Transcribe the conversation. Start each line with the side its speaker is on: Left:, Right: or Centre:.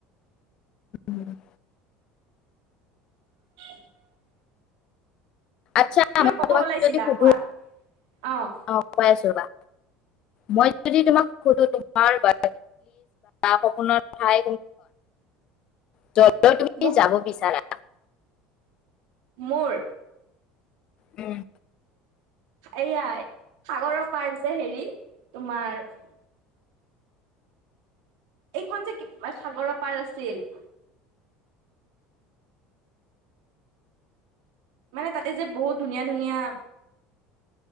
Left: উম <unintelligible>
Right: ন <unintelligible>
Left: আচ্ছা মই
Right: ক'ব
Left: তোমাক
Right: ওলাইছিলা
Left: যদি সুধো
Right: কোৱা অঁ
Left: অ কৈ আছো বা। মই যদি তোমাক সোধো তোমাৰলি বা সপোনৰ ঠাই। ত তুমি
Right: মোক
Left: যাব বিচাৰা।
Right: মোৰ
Left: উম
Right: এয়াই সাগৰৰ পাৰ যে হেৰি তোমাৰ এইখন যে সাগৰৰ পাৰ আছিল। মানে তাতে যে বহুত ধুনীয়া ধুনীয়া